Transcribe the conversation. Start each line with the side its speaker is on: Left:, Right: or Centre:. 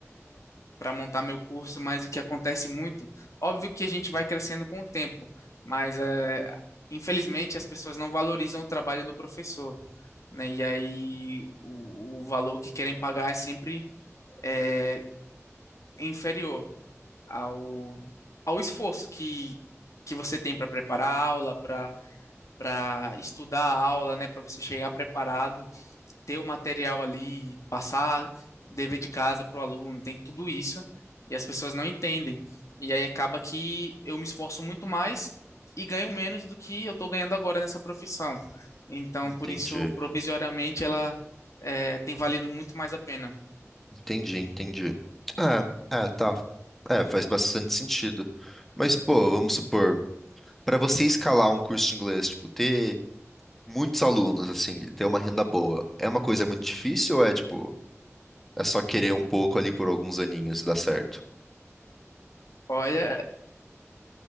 Left: para montar meu curso, mas o que acontece muito, óbvio que a gente vai crescendo com o tempo, mas é, infelizmente as pessoas não valorizam o trabalho do professor, né? E aí o, o valor que querem pagar é sempre é, inferior ao, ao esforço que, que você tem para preparar a aula, para para estudar a aula, né? Para você chegar preparado ter o material ali, passar dever de casa para o aluno, tem tudo isso, e as pessoas não entendem. E aí acaba que eu me esforço muito mais e ganho menos do que eu estou ganhando agora nessa profissão. Então,
Centre: Entendi.
Left: por isso, provisoriamente, ela é, tem valido muito mais a pena.
Centre: Entendi, entendi. Ah, é, tá. É, faz bastante sentido. Mas, pô, vamos supor, para você escalar um curso de inglês, tipo, ter muitos alunos, assim, e ter uma renda boa, é uma coisa muito difícil ou é, tipo. É só querer um pouco ali por alguns aninhos e dá certo.
Left: Olha,